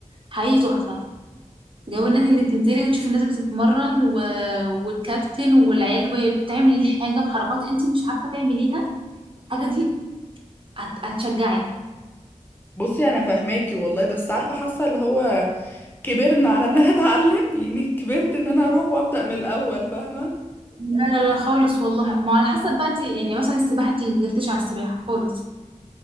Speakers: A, on the right; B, on the left.
A: حقيقي تحفة جو النادي انك تنزلي وتشوفي الناس بتتمرن و... والكابتن والعيال وهي بتعمل الحاجة بحركات انتي مش عارفة تعمليها الحاجة دي هت... هتشجعك
B: بصي انا فاهماكي والله بس عارفة حاسة اللي هو كبرنا على ان انا اتعلم يعني كبرت ان انا اروح وابدأ من الاول فاهمة
A: لا لا لا خالص والله ما على حسب بقى انت يعني مثلا السباحه انت جربتيش على السباحه خالص